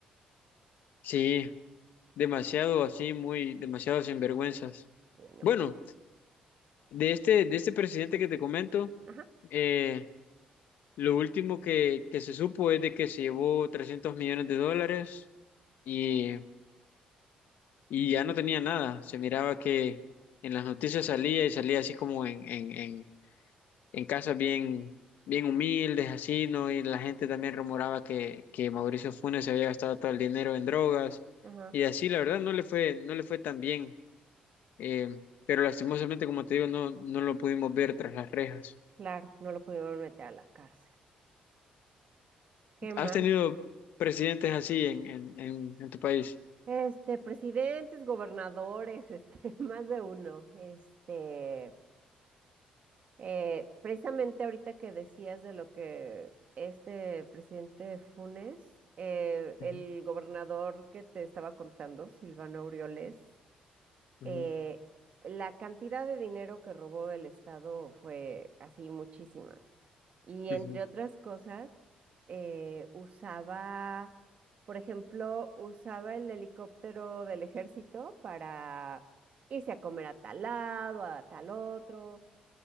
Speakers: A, on the left (about 75°); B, on the right (about 50°).
A: Sí, demasiado así, muy, demasiado sinvergüenzas.
B: Sí, no
A: Bueno,
B: manches.
A: de este, de este presidente que te comento,
B: Ajá,
A: eh, lo último que, que se supo es de que se llevó 300 millones de dólares y, y ya no tenía nada. Se miraba que en las noticias salía y salía así como en, en, en casas bien, bien humildes, así, ¿no? Y la gente también rumoraba que, que Mauricio Funes se había gastado todo el dinero en drogas
B: ajá,
A: y así, la verdad, no le fue, no le fue tan bien. Eh, pero lastimosamente, como te digo, no, no lo pudimos ver tras las rejas.
B: claro, no lo pudieron meter a la cárcel. Qué mal.
A: ¿Has tenido presidentes así en, en, en, en tu país?
B: Este, presidentes, gobernadores, este, <laughs> más de uno. Este, eh, precisamente ahorita que decías de lo que este presidente Funes, eh,
A: Ujú,
B: el gobernador que te estaba contando, Silvano Aureoles,
A: ujú,
B: eh, la cantidad de dinero que robó del Estado fue así muchísima. Y
A: ujú,
B: entre otras cosas, eh, usaba, por ejemplo, usaba el helicóptero del ejército para irse a comer a tal lado, a tal otro.